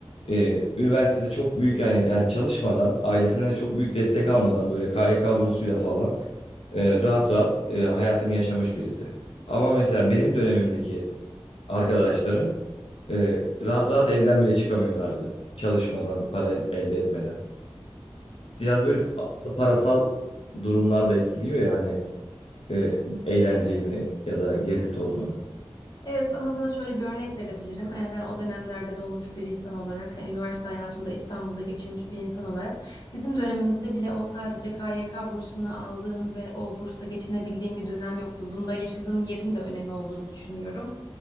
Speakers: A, on the left; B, on the left.
A: e, üniversitede çok büyük yani yani çalışmadan ailesinden de çok büyük destek almadan böyle KYK bursuyla falan e, rahat rahat e, hayatını yaşamış birisi. Ama mesela benim dönemimdeki arkadaşlarım e, rahat rahat evden bile çıkamıyorlardı. Çalışmadan, para elde etmeden. Biraz böyle pa- parasal durumlar da etkiliyor ya hani e, eğlenceyi ya da gezip tozmanı.
B: Evet ama sana şöyle bir örnek verebilirim. Ee, Ben o dönemlerde doğmuş bir insan olarak, e, üniversite hayatımda İstanbul'da geçirmiş bir insan olarak bizim dönemimizde bile o sadece KYK bursunu aldığın ve o bursla geçinebildiğin bir dönem yoktu. Bunda yaşadığın yerin de önemi olduğunu düşünüyorum.